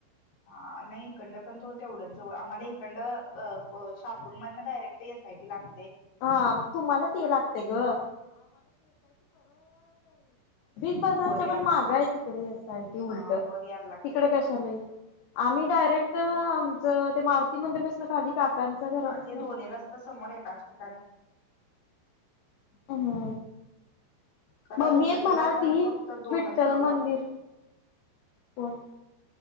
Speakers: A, on the left (about 85°); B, on the left (about 75°).
A: हा नाही इकंड पण तो तेवढंच जवळ आम्हाला इकंड अ अ प शापूरमधनं डायरेक्ट य आय टी लाग
B: हा तुम्हाला ते लागतय गं बिग बाजारच्या
A: वर यायला
B: पण मागं
A: लागते
B: हाय तिकडे एस आय टी उलटं
A: हा वर यायला लागते
B: तिकडे
A: तुम्हाला
B: कशाला ये आम्ही डायरेक्ट आमचं ते मारुती मंदिर पसनं खाली काकांच्या घरापासन
A: ते दोन्ही रस्त्या समोर एकाच ठि
B: हो.
A: खरं
B: मम्मी
A: इकडनं
B: एक म्हणालती
A: जाताना फक्त दोनच
B: विठ्ठल
A: गाव लागतात
B: मंदिर पण.